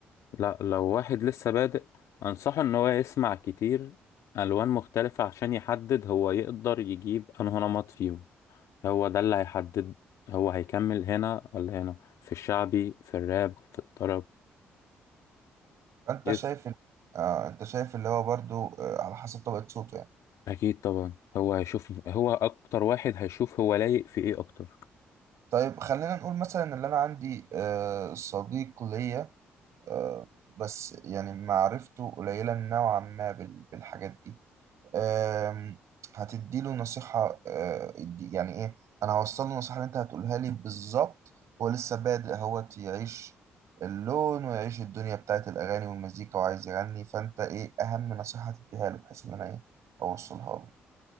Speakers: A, on the left; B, on the right.
A: لا لو واحد لسه بادئ انصحه ان هو يسمع كتير الوان مختلفة عشان يحدد هو يقدر يجيب انه نمط فيهم هو ده اللي هيحدد هو هيكمل هنا ولا هنا في الشعبي في الراب في الطرب
B: فانت
A: يس
B: شايف ال- آه انت شايف اللي هو برضو آه على حسب طبقة صوته يعني.
A: اكيد طبعا هو هيشوف هو اكتر واحد هيشوف هو لايق في ايه اكتر
B: طيب خلينا نقول مثلا ان انا عندي آه، صديق ليا آه، بس يعني معرفته قليلة نوعا ما بال- بالحاجات دي آم، هتديله نصيحة آه، دي- يعني ايه انا هوصل له النصيحة اللي انت هتقولها لي بالظبط هو لسه بادئ هو يعيش اللون ويعيش الدنيا بتاعت الاغاني والمزيكا وعايز يغني فانت ايه اهم نصيحة هتديها له بحيث ان انا ايه اوصلها له